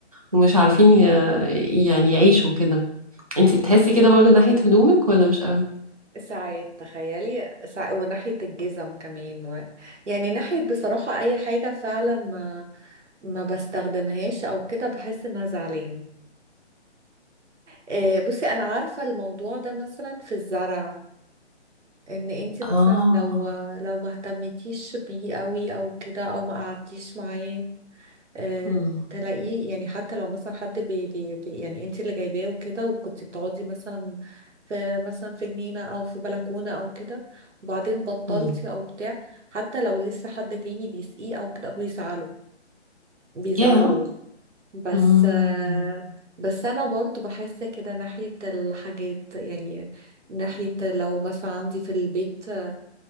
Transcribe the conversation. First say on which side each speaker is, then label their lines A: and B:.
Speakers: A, on the right; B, on the right.
A: ومش عارفين ي- يعني يعيشوا كده انتي بتحسي كده برضو ناحية هدومك ولا مش قوي
B: ساعات تخيلي ساعات وناحية الجزم كمان و... يعني ناحية بصراحة أي حاجة فعلا ما ما بستخدمهاش أو كده بحس إنها زعلانة آه، بصي أنا عارفة الموضوع ده مثلا في الزرع إن أنت مثلا
A: اه
B: لو لو ما اهتمتيش بيه قوي أو كده أو ما قعدتيش معاه آه،
A: امم
B: تلاقيه يعني حتى لو مثلا حد بي بي بي يعني انت اللي جايباه وكده وكنت بتقعدي مثلا في مثلا في جنينة او في بلكونة او كده وبعدين بطلتي
A: امم
B: او بتاع حتى لو لسه حد تاني بيسقيه او كده بيزعله بيزعله
A: يا
B: بس
A: امم
B: آه، بس انا برضو بحس كده ناحية الحاجات يعني ناحية لو مثلا عندي في البيت آه،